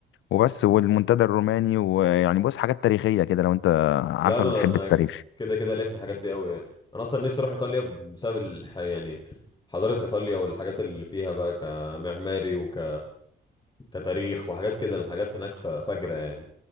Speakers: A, on the left; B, on the left.
A: وبس والمنتدى الروماني ويعني بص حاجات تاريخيه كده لو انت عارفك
B: لا لا لا،
A: بتحب
B: انا
A: التاريخ
B: كده كده ليا في الحاجات دي قوي يعني انا اصلا نفسي اروح ايطاليا بسبب الح... يعني حضارة ايطاليا والحاجات اللي فيها بقى كمعماري وك... كتاريخ وحاجات كده الحاجات هناك ف... فجرة يعني